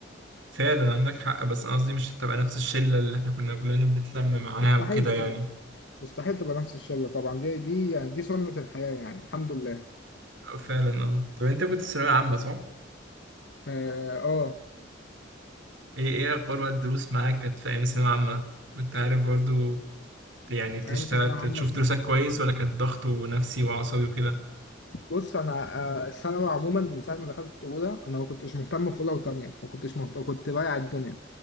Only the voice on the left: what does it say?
مستحيل
تبقى مستحيل تبقى نفس الشلة طبعا دي دي يعني دي سنة الحياة يعني الحمد لله
اه آه،
انا مثلا انا
عم
بص انا آه، الثانوي عموما من ساعه ما دخلت اولى انا ما كنتش مهتم في اولى وثانيه ما كنتش مهتم كنت بايع الدنيا